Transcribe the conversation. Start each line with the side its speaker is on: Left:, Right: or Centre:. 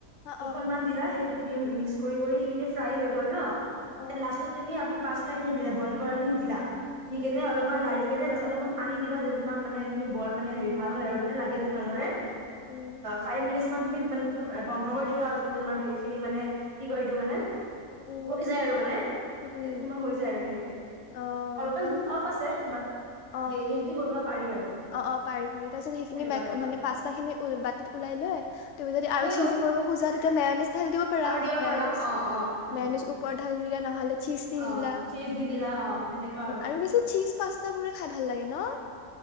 Left: অ অ
Right: দুখনমান দিলা সেই তুমি মিক্স কৰি কৰি ফ্ৰাই হৈ গ গল ন।
Left: অ অ
Right: লাস্ট ত তুমি আগ পচ খিনি দিলা বইল কৰা খিনি দিলা। দি
Left: উম
Right: কেনে
Left: উম
Right: অলপমান লাাৰি কেনে অলপমান পানী দিবা যদি তোমাৰ মানে সিখিনি ব মানে হেৰি ভাল হয় আৰু মানে লাগে যে নধৰে।
Left: উম
Right: ফাইভ মিনিট তুমি মানে ধ বন্ধ কৰি চলা আৰু যদি তোমাৰ হেৰিখিনি মানে কি কৰি দিওঁ মানে
Left: উম
Right: হৈ যায় আৰু মানে। তে
Left: উম উম
Right: তোমাৰ হৈ যায় আৰু সেনেকে।
Left: অ
Right: অলপমান
Left: সেনে
Right: টাফ আছে বাট
Left: অ
Right: ডেইলি যদি বনোৱা পাৰি আৰু।
Left: অ', অ' পাৰি পাৰি তাৰপিছত সেইখিন
Right: সেনেকুৱা টাইপৰ
Left: মানে পাষ্তা খিনি বাতিত ওলাই লয় তুমি যদি আৰু
Right: হৈ
Left: চিজি
Right: গ'ল
Left: কৰিব খোজা তেতিয়া মেওনিছ ঢালি দিব পাৰা
Right: আৰু দিব
Left: মেওনিজ।
Right: পাৰা অ অ উম
Left: নেওনিছ ওপৰত ঢালি দিলে নহ'লে চীজ দিলা
Right: অ চীজ দি দিলা অ সেনেকুৱা
Left: আৰু বেছি চীজ পাস্তাবো খাই ভাল লাগে ন।